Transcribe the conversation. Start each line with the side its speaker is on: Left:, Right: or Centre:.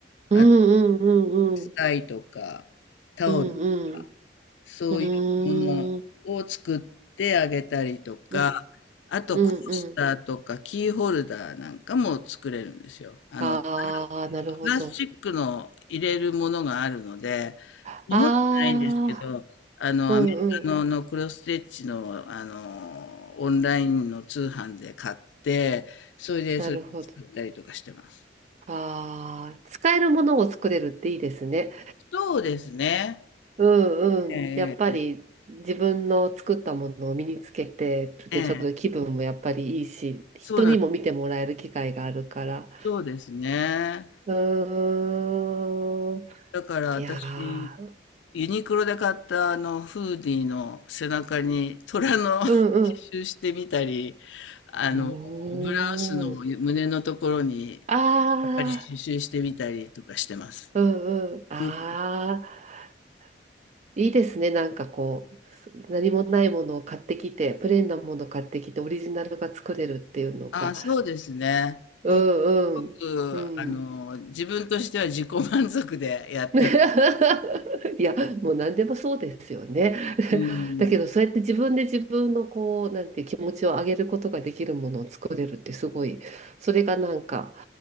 Left: あと、
Right: うんうんうんうん。
Left: スタイとか、タオル、
Right: うんうん。
Left: そういうものを作ってあげたりとか、
Right: うーん。うん。
Left: あと、
Right: うんうん。
Left: コースターとかキーホルダーなんかも作れるんですよ。あの、
Right: ああ、なるほど。
Left: プラスチックの入れるものがあるので、
Right: ああ、
Left: 日本じゃないんですけど、あの、
Right: うんうん。
Left: アメリカの、のクロスステッチの、あの、オンラインの通販で買って、それで、
Right: なるほど。
Left: それ作ったりとかしてます。
Right: ああ、使えるものを作れるっていいですね。
Left: そうですね。
Right: うんうん。
Left: ええ、
Right: やっぱり自分の作ったものを身につけてるってちょっと気分もやっぱりいいし、
Left: ええ、ええ
Right: 人にも見てもらえる機会があるから。
Left: そうなん、そうですね。
Right: うーん。
Left: だから私、
Right: いやー、
Left: ユニクロで買ったあのフーディーの背中に虎の <laughs> 刺
Right: うんう
Left: 繍してみたり、あの、
Right: ん。
Left: ブラウスの胸のところに
Right: おー。ああ。
Left: やっぱり刺繍してみたりとかしてます。
Right: うんうん。ああ、
Left: うん、
Right: いいですね。なんかこう、何もないものを買ってきて、プレーンなものを買ってきて、オリジナルが作れるっていうのが。
Left: あ、そうですね。うん、
Right: うんうん。
Left: すごく、あの、
Right: うん。
Left: 自分としては自己満足でやってます。
Right: <laughs> いや、もう何でもそうですよね。
Left: うん、
Right: <laughs> だけど、そうやって自分で自分のこう、なんていう気持ちを上げることができるものを作れるってすごい、それがなんか、